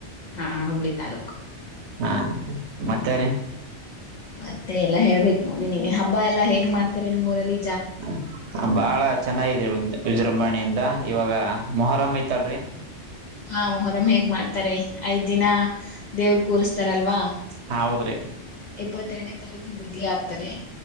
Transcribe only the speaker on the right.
ಹಾ ಮತ್ತೆ ರೀ
<inaudible> ಬಾಳ ಚೆನ್ನಾಗರಿ ವಿಜೃಂಭಾಣೆಯಿಂದ ಇವಾಗ ಮೊಹರಾ ಮೈತಾಳ ರೀ
ಹ ಹೌದ್ರಿ